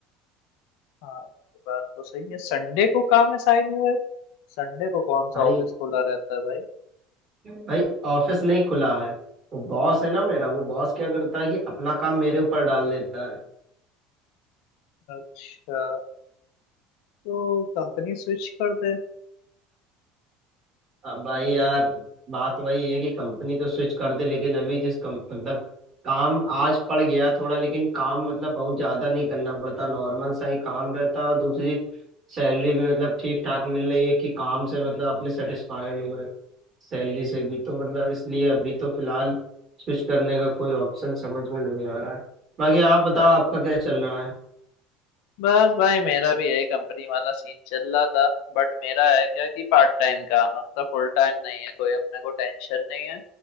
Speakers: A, on the left (about 75°); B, on the right (about 35°).
A: हाँ ये बात तो सही है संडे को काम असाइन हुआ है संडे को कौन सा
B: भाई
A: ऑफिस खुला रहता है भाई
B: भाई ऑफिस नहीं खुला है वो बॉस है ना मेरा वो बॉस क्या करता है कि अपना काम मेरे ऊपर डाल देता है
A: अच्छा तो कंपनी स्विच कर दे
B: अब भाई यार बात वही है कि कंपनी तो स्विच कर दे लेकिन अभी जिस कम मतलब काम आज पड़ गया थोड़ा लेकिन काम मतलब बहुत ज्यादा नहीं करना पड़ता नॉर्मल सा ही काम रहता है और दूसरी सैलरी भी मतलब ठीक ठाक मिल रही है कि काम से मतलब अपने सेटिस्फाइड हुए सैलरी से भी तो मतलब इसलिए अभी तो फिलहाल स्विच करने का कोई ऑप्शन समझ में नहीं आ रहा है बाकी आप बताओ आपका क्या चल रहा है
A: बस भाई मेरा भी यही कंपनी वाला सीन चल रहा था बट मेरा है क्या कि पार्ट टाइम काम है अपना फुल टाइम नहीं है कोई अपने को टेंशन नहीं है